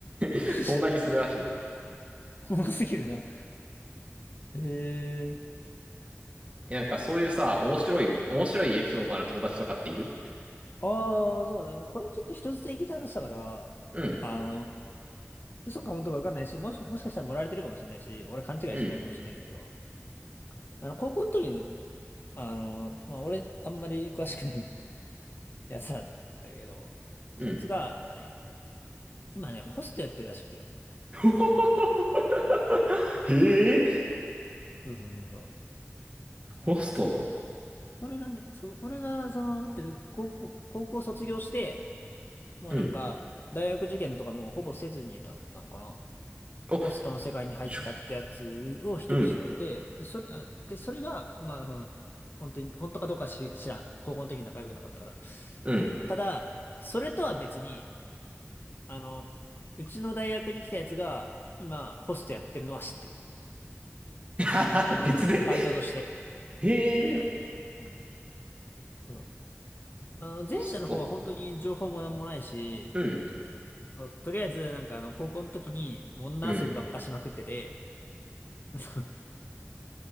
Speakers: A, on the left (about 45°); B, on the right (about 25°).
A: <laughs>
B: <laughs> そんなにするらしい。
A: 重すぎるな。へえー。
B: えなんかそういうさ、面白い、面白いエピソードのある友達とかっている
A: ああ、そうね。これちょっと人捨てに聞いた話だから、
B: うん、
A: あの、嘘か本当かわかんないし、もし、もしかしたら盛られてるかもしれないし、俺勘違いしてたかもしれないんだけど、
B: うん、
A: あの、高校の時に、あの、まあ、俺、あんまり詳しくない <laughs> やつだったけど、
B: うん。
A: そいつが、なんかね、今ね、ホストやってるらしくて。
B: <laughs> へえ、
A: そうそうそうそ
B: ホスト。
A: う。俺がね、そう、俺が、その、ってる高校、高校卒業して、もうなんか、
B: うん。
A: 大学受験とかもうほぼせずにだったのかな。
B: お、
A: ホストの世界に入ったってやつを一人知ってて、
B: じゅ、うん、
A: で、それ、あで、それが、まあ、その、本当に、本当かどうかし知らん。高校の時に仲良くなかったから。
B: うん。
A: ただ、それとは別に、あの、うちの大学に来たやつが、今、ホストやってるのは知ってる。
B: <laughs> 別で
A: バイトとして。
B: へえ、
A: うん。うんあの、前者の方は本当に情報もなんもないし、
B: ホストか。うん、
A: そうとりあえず、なんかあの、高校の時に、もう女遊びばっかしまくってて、
B: うん、
A: <laughs>